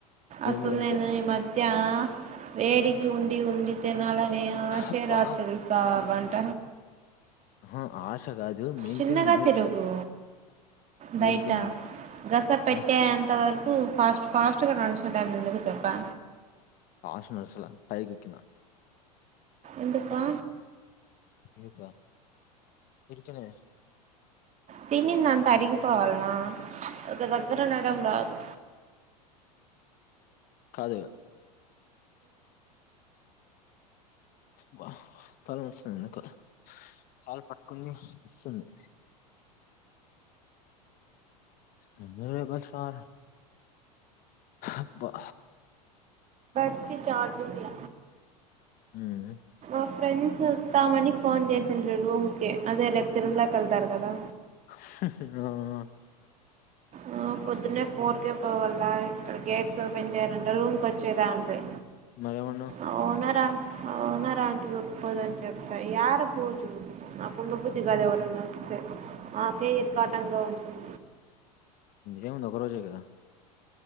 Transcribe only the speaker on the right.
అసలు
నేను ఈ మధ్య వేడికి ఉండి వండి తినాలని ఆశే
రాదు తెల్సా ఆ వంట
చిన్నగా
తిరుగు బయట
గస పెట్టే
అంత వరకు ఫాస్ట్ ఫాస్ట్ గా నడుచుకూనే టైం లో ఎందుకు చెప్పా
ఎందుకా
తినింది అంతా అరిగిపోవాలనా ఒక దగ్గర ఉండడం రాదు
సెల్ కి చార్జింగ్ ల
మా ఫ్రెండ్స్ వస్తామని ఫోన్ చేసిండ్రు రూమ్ కి అదే రేపు తిరుమల కి వెళ్తారు కదా
ఆ పొద్దున్నే ఫోర్కే పోవాల ఇక్కడ గేట్స్ ఓపెన్ చేయరుఅంట రూమ్ కి వచ్చేదా అంది
అవునా రా మా ఓనర్ ఆంటీ ఒప్పుకోదు అని చెప్పా యాడ పోతుంది నాకు ఉండబుద్ధి కాదు ఎవరన్నా ఉంటే ఆ నాకే ఇరకాటంగా ఉంటుంది